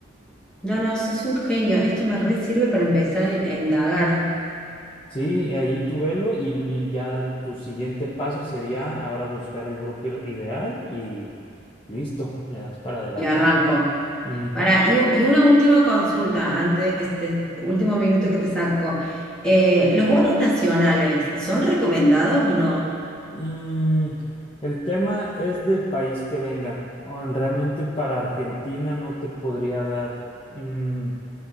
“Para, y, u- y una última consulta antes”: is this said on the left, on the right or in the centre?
Centre